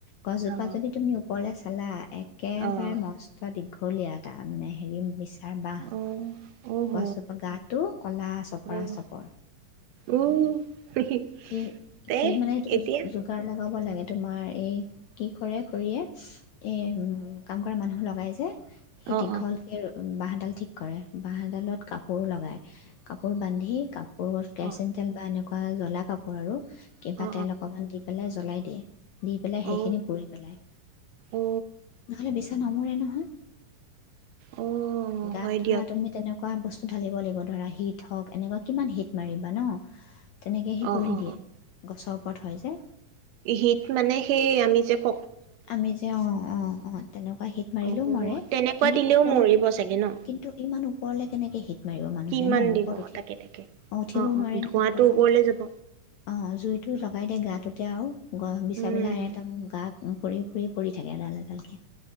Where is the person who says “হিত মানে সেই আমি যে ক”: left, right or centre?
Right